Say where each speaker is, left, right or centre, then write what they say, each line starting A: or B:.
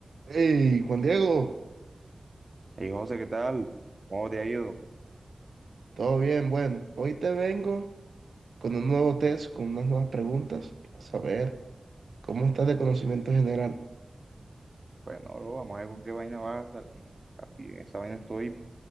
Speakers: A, on the right; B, on the right.
A: Hey, Juan Diego,
B: Hey José, ¿qué tal? ¿Cómo te ha ido?
A: todo bien, bueno, hoy te vengo con un nuevo test, con unas nuevas preguntas, a saber cómo estás de conocimiento general.
B: Bueno, no, bro, vamos a ver con qué vaina vas a salir, papi. En Esa vaina estoy,